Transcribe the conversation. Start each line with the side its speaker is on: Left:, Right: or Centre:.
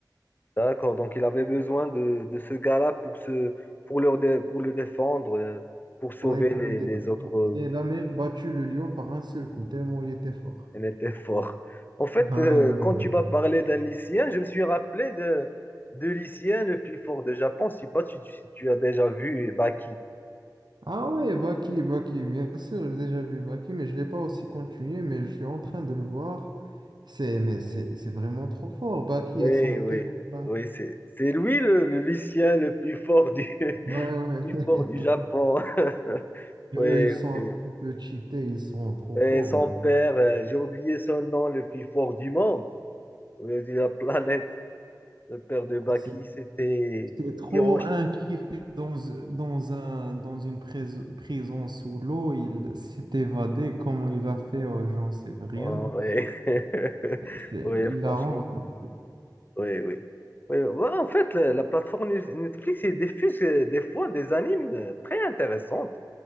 Left: D'accord. Donc, il avait besoin de, de ce gars-là pour se pour leur dé- pour le défendre, euh, pour sauver
Right: Ouais, pour,
Left: les,
Right: le dé-
Left: les autres. euh,
Right: et il a même battu le lion par un seul coup, tellement il était fort.
Left: Elle était fort. En fait,
Right: Ouais,
Left: euh,
Right: ouais, ouais.
Left: quand tu m'as parlé d'un lycéen, je me suis rappelé de, de lycéen le plus fort de Japon. Je ne sais pas si tu, si tu as déjà vu Baki.
Right: Ah ouais, Baki, Baki, bien sûr, j'ai déjà vu Baki, mais je ne l'ai pas aussi continué, mais je suis en train de le voir. C'est, mais c'est, c'est vraiment trop fort, Baki
Left: Oui,
Right: et son
Left: oui,
Right: père. là.
Left: oui, c'est, c'est lui le, le lycéen le plus fort du, <laughs>
Right: Ouais, ouais.
Left: plus
Right: <laughs>
Left: fort du Japon. <laughs> Oui,
Right: Eux, ils sont
Left: oui.
Right: un petit peu cheatés, ils sont trop forts
Left: Et son
Right: même.
Left: père, euh, j'ai oublié son nom, le plus fort du monde, oui, de la planète. Le père de Baki,
Right: Ah, C'est
Left: c'était
Right: c'est trop
Left: Hiroshi.
Right: un kiff dans, dans un, dans une prise- prison sous l'eau, il s'est évadé, comment il a fait, euh, j'en sais rien.
Left: Oh, oui. <laughs>
Right: Ah, C'est
Left: Oui,
Right: hilarant.
Left: franchement.
Right: quoi.
Left: Oui, oui. Oui, voilà en fait, la, la plateforme Net- Netflix, il diffuse euh, des fois des animes euh, très intéressantes.